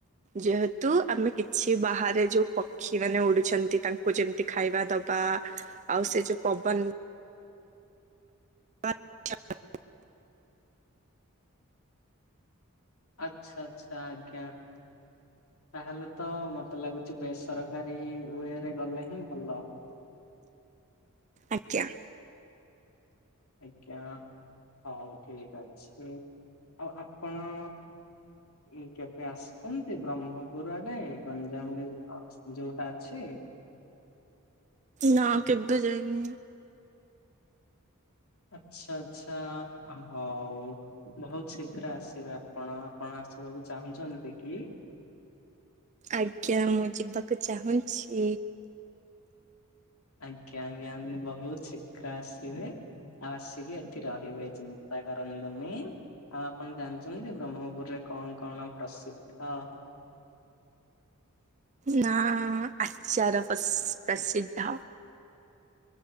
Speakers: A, on the right; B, on the left.
A: ଯେହେତୁ ଆମେ କିଛି ବାହାରେ ଯୋଉ ପ କ୍ଷୀ ମାନେ ପଡ଼ୁଛନ୍ତି ତାଙ୍କୁ ଯେମିତି ଖାଇବା ଦବା ଆଉ ସେ ଯୋଉ ପବନ୍, ବା <inaudible>
B: ଆଚ୍ଛା-ଆଚ୍ଛା ଆଜ୍ଞା, ତାହେଲେ ତ ମତେ ଲାଗୁଛି ବେସରକାରୀ ୱେରେ ଗଲେ ହିଁ ଭଲ,
A: ଆଜ୍ଞା,
B: ଆଜ୍ଞା ହଉ ଠିକ୍ ଅଛି ଆଉ ଆପଣ, ଏଇ କେବେ ଆସୁଛନ୍ତି ବ୍ରହ୍ମପୁର ଆଡ଼େ ଗଞ୍ଜାମ ଅସ୍ ଯୋଉଟା ଅଛି,
A: ନା କେବେ ଯାଇନି,
B: ଆଚ୍ଛା-ଆଚ୍ଛା ଆ ହଉ, ବହୁତ୍ ଶୀଘ୍ର ଆସିବେ ଆପଣ-ଆପଣ ଆସିବାକୁ ଚାହୁଁଛନ୍ତି କି,
A: ଆଜ୍ଞା ମୁଁ ଯିବାକୁ ଚାହୁଁଛି,
B: ଆଜ୍ଞା-ଆଜ୍ଞା ମୁଁ ବହୁତ୍ ଶୀଘ୍ର ଆସିବେ, ଆଉ ଆସିକି ଏଠି ରହିବେ ଚିନ୍ତା କରନ୍ତୁନି ଆଉ ଆପଣ ଜାଣିଛନ୍ତି ବ୍ରହ୍ମପୁରରେ, କଣ-କଣ ପ୍ରସିଦ୍ଧ?
A: ନା ଆଚାର ପସ୍ ପ୍ରସିଦ୍ଧ,